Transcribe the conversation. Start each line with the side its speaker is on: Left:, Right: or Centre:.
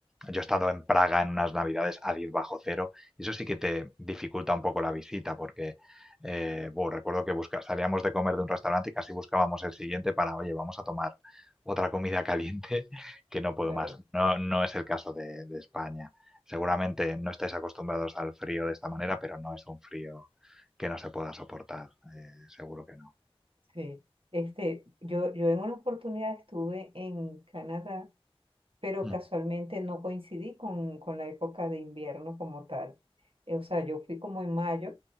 Centre: yo he estado en Praga en unas navidades a 10 bajo cero y eso sí que te dificulta un poco la visita porque eh, buh, recuerdo que busca, salíamos de comer de un restaurante y casi buscábamos el siguiente para, oye, vamos a tomar otra comida caliente <laughs> que no puedo
Right: claro,
Centre: más. No, no es el caso de, de España. Seguramente no estáis acostumbrados al frío de esta manera, pero no es un frío que no se pueda soportar, eh, seguro que no.
Right: sí. Este, yo, yo en una oportunidad estuve en Canadá pero
Centre: Ujú.
Right: casualmente no coincidí con, con la época de invierno como tal. Eh, o sea, yo fui como en mayo